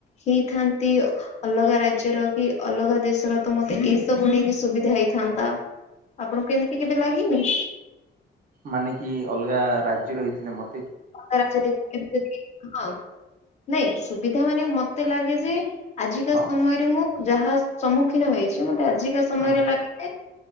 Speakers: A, on the left (about 40°); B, on the right (about 50°).
A: ହେଇଥାନ୍ତି ଅଲଗା ରା ଜ୍ୟର କି ଅଲଗା ଦେଶର ତ ମତେ ଏଇ ସବୁ ନେଇକି ସୁବିଧା ହେଇଥାନ୍ତା। ଆପଣଙ୍କୁ କେମିତି କେବେ ଲାଗିନି?
B: ମାନେ କି ଅଲଗା ରାଜ୍ୟର ହେଇଥିଲେ ମ
A: ଅଲଗା ରାଜ୍ୟ <inaudible> ହଁ। ନାଇଁ ସୁବିଧା ମାନେ ମତେ ଲାଗେ ଯେ ଆଜିକା
B: ହଁ
A: ସମୟରେ ମୁଁ ଯାହା ସମ୍ମୁଖୀନ ହେଇଚି। ମତେ ଆଜିକା ସମୟରେ
B: ହଁ ହଁ
A: ଲାଗେଜେ